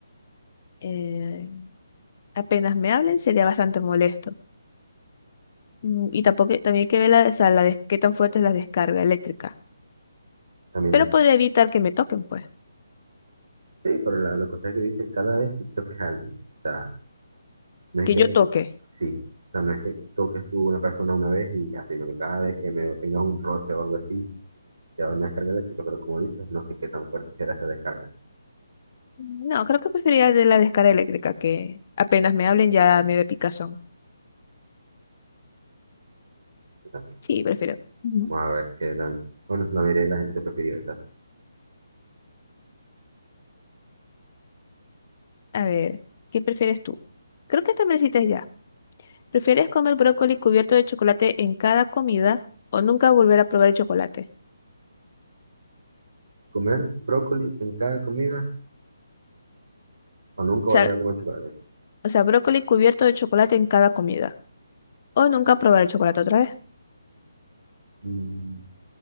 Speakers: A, on the left (about 40°); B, on the right (about 70°).
A: eh, apenas me hablen sería bastante molesto. Mm, y tampoco, también hay que ver la, o sea, la des- qué tan fuerte es la descarga eléctrica.
B: También
A: Pero
B: dice,
A: podría evitar que me toquen, pues.
B: sí, pero la, la cosa es que dice cada vez que toques a alguien. O sea, No es
A: Que
B: que,
A: yo toque.
B: sí, o sea, no es que toques tú una persona una vez y ya, sino que cada vez que me tengas un roce o algo así, te van a descargar la chica, pero como dices, no sé qué tan fuerte será esa descarga.
A: No, creo que preferiría de la descarga eléctrica, que apenas me hablen ya me da picazón.
B: Yo tampoco.
A: Sí, prefiero. Ujú.
B: Vamos a ver qué tan, bueno, la mayoría de la gente prefirió esa.
A: A ver, ¿qué prefieres tú? Creo que esta me la hiciste ya. ¿Prefieres comer brócoli cubierto de chocolate en cada comida o nunca volver a probar el chocolate?
B: Comer brócoli en cada comida o nunca
A: O
B: volver
A: sea,
B: a comer chocolate.
A: o sea, brócoli cubierto de chocolate en cada comida o nunca probar el chocolate otra vez.
B: Mm,